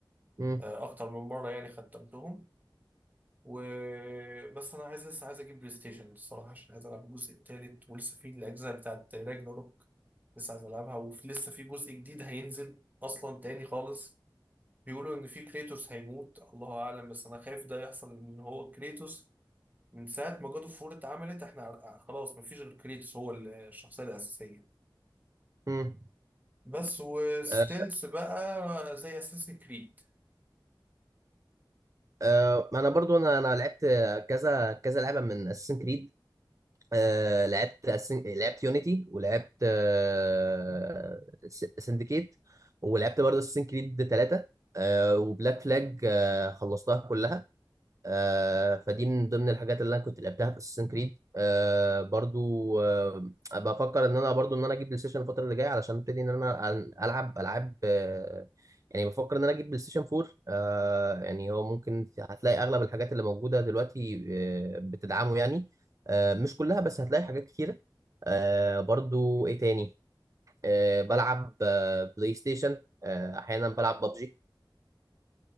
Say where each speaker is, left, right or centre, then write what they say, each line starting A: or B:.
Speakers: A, on the right; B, on the right.
A: امم
B: آه، اكتر من مرة يعني ختمتهم و بس انا عايز لسه عايز اجيب بلاي ستيشن الصراحه عشان عايز العب الجزء التالت ولسه في الاجزاء بتاعت راجناروك لسه عايز العبها ولسه في جزء جديد هينزل اصلا تاني خالص بيقولوا ان في كريتوس هيموت الله اعلم بس انا خايف ده يحصل ان هو كريتوس من ساعه ما جاد اوف وور اتعملت احنا ع- خلاص مفيش غير كريتوس هو ال- الشخصيه الاساسيه
A: امم
B: بس وستيلز
A: آه
B: بقى زي اساسن كريد
A: آه ما انا برضو انا انا لعبت كذا كذا لعبة من اساسن كريد آه لعبت أسن... لعبت يونيتي ولعبت آه س- سندكيت ولعبت برضه اساسن كريد 3 آه وبلاك فلاج آه خلصتها كلها آه فدي من ضمن الحاجات اللي انا كنت لعبتها في اساسن كريد آه برضو آه بفكر ان انا برضو ان انا اجيب بلاي ستيشن الفتره اللي جايه علشان ابتدي ان انا أل- العب العاب آه يعني بفكر ان انا اجيب بلاي ستيشن 4 آه يعني هو ممكن هتلاقي اغلب الحاجات اللي موجوده دلوقتي آه بتدعمه يعني آه مش كلها بس هتلاقي حاجات كتيره آه برضو ايه تاني آه بلعب آه بلاي ستيشن آه احيانا بلعب ببجي